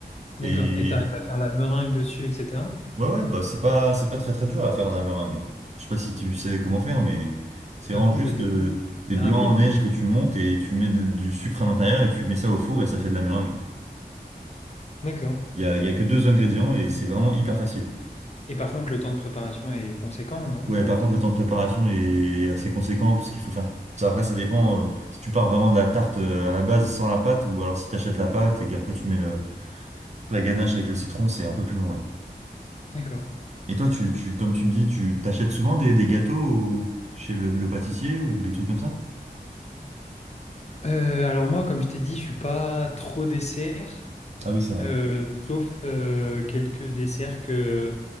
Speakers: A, on the left; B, on the right.
A: D'accord.
B: Et
A: Et tu arrives à faire la meringue dessus, etc.
B: Ouais, ouais, bah c'est pas, c'est pas très très dur à faire de la meringue. hein. Je sais pas si tu sais comment faire, mais c'est vraiment
A: Euh, non,
B: juste
A: pas du
B: euh,
A: tout.
B: des
A: C'est
B: blancs
A: rapide.
B: en neige que tu montes et tu mets de- du sucre à l'intérieur et tu mets ça au four et ça fait de la meringue.
A: D'accord.
B: Il y a, il y a que deux ingrédients et c'est vraiment hyper facile.
A: Et par contre, le temps de préparation est conséquent, non,
B: Ouais,
A: pour
B: par
A: une
B: contre,
A: tarte.
B: le temps de préparation est assez conséquent parce qu'il faut faire. ça, Après, ça dépend euh, si tu pars vraiment de la tarte euh, à la base sans la pâte ou alors si tu achètes la pâte et qu'après tu mets le, la ganache avec le citron, c'est un peu plus long, ouais.
A: D'accord.
B: Et toi, tu, tu, comme tu me dis, tu t'achètes souvent des, des gâteaux au- chez le, le pâtissier ou des trucs comme ça?
A: Euh, alors moi, comme je t'ai dit, je suis pas trop dessert.
B: Ah oui, c'est vrai.
A: Euh, sauf euh, quelques desserts que,